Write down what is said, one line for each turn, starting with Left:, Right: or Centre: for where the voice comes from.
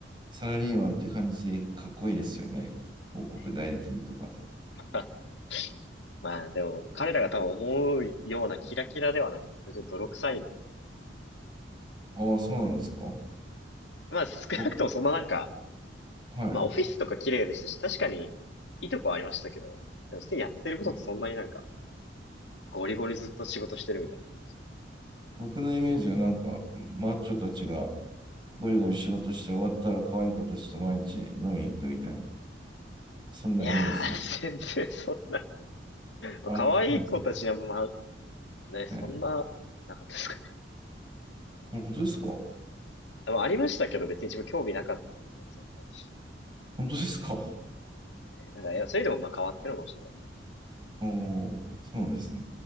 Right: サラリーマンって感じでかっこいいですよね。広告代理店とか。
Left: ね。<laughs> まあでも、彼らが多分思うようなキラキラではなくて、全然泥臭いんですけど。
Right: ああ、そうなんですか。
Left: まあ少なくともそんななんか、
Right: 僕、はい。
Left: まあオフィスとか綺麗でしたし、確かにいいとこはありましたけど、でも普通にやってることってそんなになんか、
Right: ぼ
Left: ゴリゴリずっと仕事してるみたいな感じ。
Right: 僕のイメージはなんか、マッチョたちがゴリゴリ仕事して終わったら可愛い子たちと毎日飲みに行くみたいな、そんなイメージです。
Left: いやー、全然そん
Right: あ、
Left: まあ可愛い子たちには、
Right: そうです
Left: まあ、ね、そんな、
Right: はい。
Left: なかったですかね。
Right: 本当ですか本
Left: まあ、ありましたけど、別に自分興味なかったので、そうなんです
Right: 当ですか
Left: ねなんか、いや、それでもまあ変わってるのかもしれないです。
Right: <laughs> おー、そうなんですね。